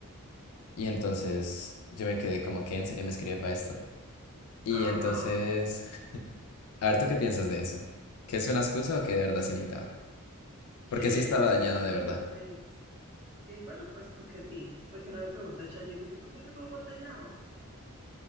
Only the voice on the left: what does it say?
Y entonces yo me quedé como que en serio me escribe para esto. Y
entonces, <laughs> a ver, ¿tú qué piensas de eso? ¿Que es una excusa o que de verdad se necesitaba?
Porque sí estaba
dañado
de verdad.